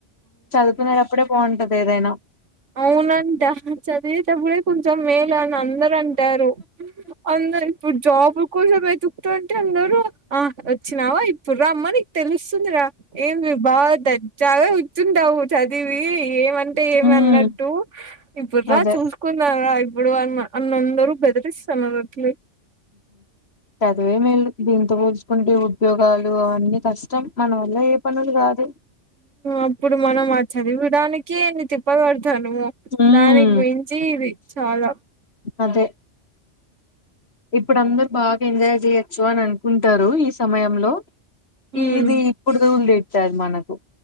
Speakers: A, on the left; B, on the right.
A: చదువుకునేటప్పుడే బాగుంటది ఏదైనా
B: అవునా అంట చదివేటప్పుడే కొంచం మే లా అని అందరు అంటారు అందరు ఇప్పుడు జాబ్ కోసం వెతుకుతూంటే అందరు ఆ వచ్చినావా ఇప్పుడు రమ్మ నీకు తెలుసు తుందిరా ఏమి బాగా దజ్జగా కూచుంటావు చదివి ఏమంటే ఏమి
A: ఉమ్
B: అన్న డు ఇప్పుడు రా
A: అదే
B: చూసుకున్నారా ఇప్పుడు అన్న అన్న అందరు బెదిరిస్తున్నారు అట్లే
A: చదువే మేలు దీంతో పోల్చుకుంటే ఉద్యోగాలు అవన్నీ కష్టం మన వల్ల అయ్యే పనులు కాదు
B: అప్పుడు మనం ఆ చదివడానికే తిప్పలుబడతానము
A: ఉమ్
B: దానికి మించి ఇది చాలా
A: అదే ఇప్పుడు అందరు బాగా ఎంజాయ్ చేయొచ్చు అని అనుకుంటారు ఈ సమయంలో
B: హ్మ్
A: ఇది ఇప్పుడు దూలు తీరుతాది మనకు